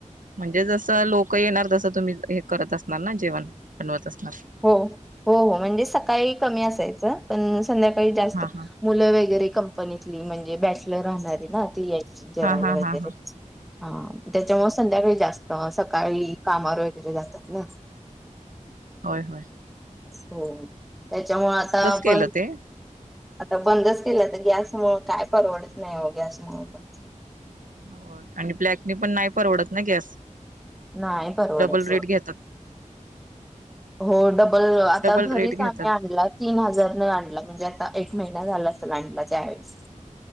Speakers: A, on the right (about 80°); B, in the centre.
A: म्हणजे जसं लोक येणार तसं तुम्ही हे करत असणार ना जेवण बनवत असणार
B: हो हो हो म्हणजे सकाळी कमी असायचं पण संध्याकाळी जास्त
A: हा हा
B: मुलं वगैरे कंपनीतली म्हणजे बॅचलर राहणारे ना ते जेवायला
A: हा हा
B: वगैरे
A: हा हा
B: हा त्याच्यामुळे संध्याकाळी जास्त अ सकाळी कामावर वगैरे जातात ना
A: हो हो
B: हो त्याच्यामु आता आपण
A: केलं ते
B: आता बंदच केलं तर गॅसमु काय परवडत नाही हो गॅस मु पण
A: हो आणि ब्लॅकनी पण नाही परवडत ना गॅस
B: नाहीय परवडच
A: डबल रेट घेतात
B: हो डबल आता
A: डबल
B: घरीच
A: रेट घेतात
B: आम्ही आणला तीन हजार न आणला म्हणजे आता महिना झाला असत अला चवेेळेस